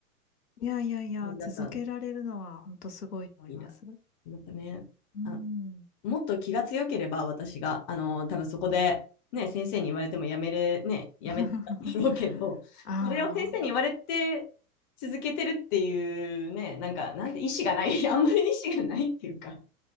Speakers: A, on the left; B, on the left.
A: いやいやいや、
B: <laughs> だったんです。
A: 続けられるのは本当すごいと思います。
B: いや、なんかね、
A: うん。
B: あもっと気が強ければ、私が、あの、多分そこで、ね、先生に言われてもやめれ、ね、やめてたんだろうけど、
A: <laughs> あ
B: それを先生に言われて続けてるっていうね、
A: あ、
B: なんか、なんて意思がない、<laughs> あんまり意思がないっていうか、